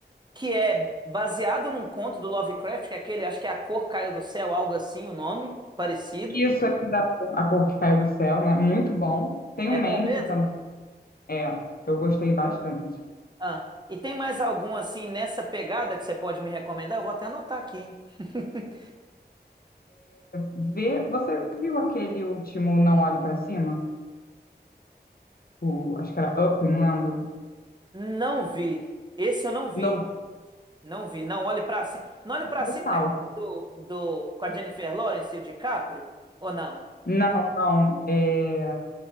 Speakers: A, on the right; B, on the left.
A: que é baseado num conto do Lovecraft, que é aquele, acho que é A Cor Caiu do Céu, algo assim, o nome parecido.
B: Isso é da- A Cor que Caiu do Céu, né? Muito bom. Tem
A: É
B: o Mandy
A: bom mesmo?
B: também. É, eu gostei bastante.
A: Ah, e tem mais algum assim nessa pegada que você pode me recomendar? Eu vou até anotar aqui, hein? <laughs>
B: Vê, você viu aquele último Não Olhe Pra Cima? O, acho que era Up, não lembro.
A: Não vi. Esse eu não vi.
B: Nope,
A: Não vi. Não olhe pra cima. Não olhe pra
B: total.
A: cima é aquele do, do com a Jennifer Lawrence e o DiCaprio? Ou não?
B: Não, não. É,